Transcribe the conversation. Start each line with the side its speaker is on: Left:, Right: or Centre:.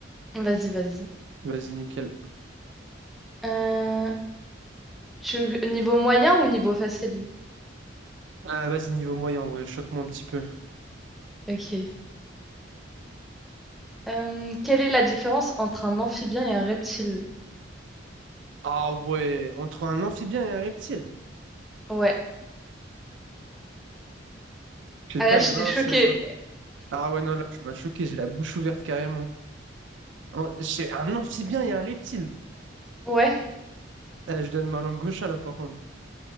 Centre: Vas-y, vas-y.
Right: Vas-y, nickel.
Centre: Euh... Tu veux que- Niveau moyen ou niveau facile?
Right: Euh, vas-y, niveau moyen, en vrai, choque-moi un petit peu.
Centre: Ok. Euh, quelle est la différence entre un amphibien et un reptile?
Right: Ah ouais, entre un amphibien et un reptile.
Centre: Ouais.
Right: Je
Centre: Ah
Right: sais pas,
Centre: là, j'étais
Right: il y en a un,
Centre: choquée.
Right: c'est... Ah ouais, non, là, tu m'as choqué, j'ai la bouche ouverte carrément. En- j'ai un amphibien et un reptile.
Centre: Ouais.
Right: Euh, je donne ma langue gauche à là, par contre.